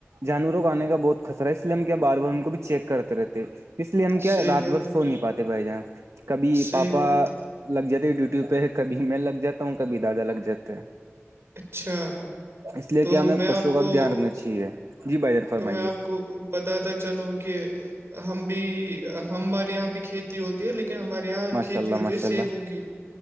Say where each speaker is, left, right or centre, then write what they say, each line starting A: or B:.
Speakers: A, on the right; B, on the right.
A: جانور کو آنے کا بہت خطر ہے اس لیے کیا بار بار ان کو بھی چیک کرتے رہتے اس لیے ہم کیا
B: صحیح
A: رات
B: بات
A: بھر سو نہیں پاتے بھائی جان کبھی
B: صحیح
A: پاپا
B: بات
A: لگ جاتے ہیں ڈیوٹی پہ کبھی میں لگ جاتا ہوں کبھی دادا لگ جاتے ہیں
B: اچھا
A: اس لیے
B: تو
A: کیا ہمیں
B: میں
A: پشو
B: آپ
A: کا
B: کو
A: بھی دھیان رکھنا چاہیے جی بھائی جان فرمائیے
B: تو میں آپ کو بتاتا چلوں کہ ہم بھی ہمارے یہاں بھی کھیتی ہوتی ہے لیکن ہمارے یہاں
A: ماشاء
B: کھیتی
A: اللہ
B: ہوتی
A: ماشاء
B: ہے سیبوں
A: اللہ
B: کی